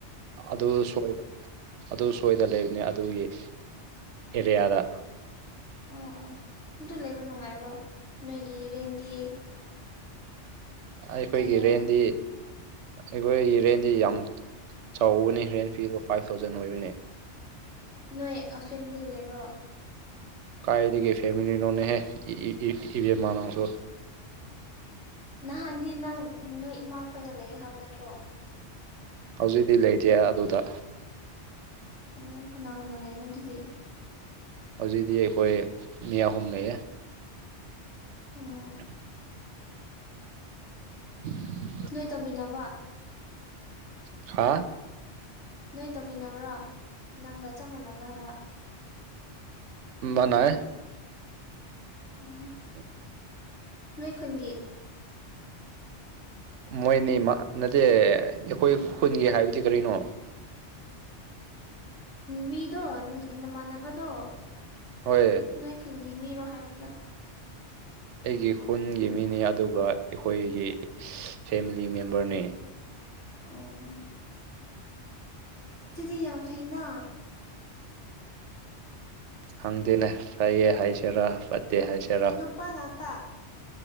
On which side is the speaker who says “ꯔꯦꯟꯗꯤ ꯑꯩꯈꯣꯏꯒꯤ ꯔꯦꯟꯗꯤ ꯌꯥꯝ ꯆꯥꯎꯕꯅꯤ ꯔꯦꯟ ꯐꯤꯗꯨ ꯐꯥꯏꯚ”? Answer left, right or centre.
Right